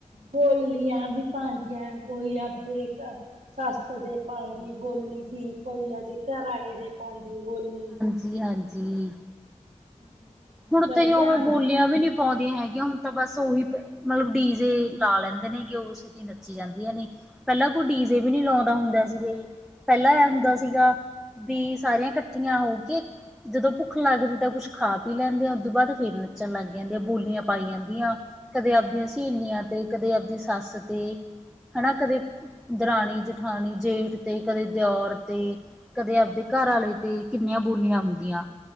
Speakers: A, on the right (about 85°); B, in the centre.
A: ਬੋਲੀਆਂ ਵੀ ਪਾਂਦੀਆ ਕੋਈ ਆਪੇ ਘ ਸੱਸ ਦੇ ਪਾਦੀ ਬੋਲੀ ਸੀ ਕੋਈ ਆਦੇ ਘਰ ਆਏ ਦੇ ਪਾਦੀ ਬੋਲੀ।
B: ਜੀ ਹਾਂਜੀ।
A: ਹਾਂਜੀ
B: ਹੁਣ
A: ਵਧੀਆ
B: ਤੇ ਉਵੇਂ ਬੋਲਿਆ ਵੀ ਨੀ ਪੋਦੀਆ ਹੈਗੀਆਂ ਹੁਣ ਤਾਂ ਬਸ ਉਹੀ ਮਤਲਬ ਡੀਜੇ ਲਾ ਲੈਂਦੇ ਨੇ ਗੇ ਉਸ ਦਿ ਨੱਚੀ ਜਾਂਦੀਆ ਨੇ ਪਹਿਲਾਂ ਕੋਈ ਡੀਜੇ ਵੀ ਨੀ ਲਾਉਂਦਾ ਹੁੰਦਾ ਸੀ ਬਈ ਪਹਿਲਾਂ ਏਹ ਹੁੰਦਾ ਸੀਗਾ ਵੀ ਸਾਰੀਆ ਕੱਠੀਆ ਹੋ ਕੇ ਜਦੋ ਭੁੱਖ ਲੱਗਦੀ ਤਾਂ ਕੁੱਛ ਖਾ ਪੀ ਲੈਂਦੀਆ ਉਹ ਤੋਂ ਬਾਦ ਫਿਰ ਨੱਚਣ ਲੱਗ ਜਾਂਦੀ ਆ ਬੋਲੀਆਂ ਪਾਈ ਜਾਂਦੀਆ। ਕਦੇ ਆਪਦੀਆਂ ਸਹੇਲੀਆਂ ਤੇ, ਕਦੇ ਆਪਦੀ ਸੱਸ ਤੇ ਹਨਾ ਕਦੇ ਦਰਾਣੀ, ਜਠਾਣੀ, ਜੇਠ ਤੇ ਕਦੇ ਦਿਓਰ ਤੇ। ਕਦੇ ਆਪਦੇ
A: ਹਾਂ
B: ਘਰ ਆਲੇ ਤੇ ਕਿੰਨੀਆਂ ਬੋਲੀਆਂ ਹੁੰਦੀਆਂ।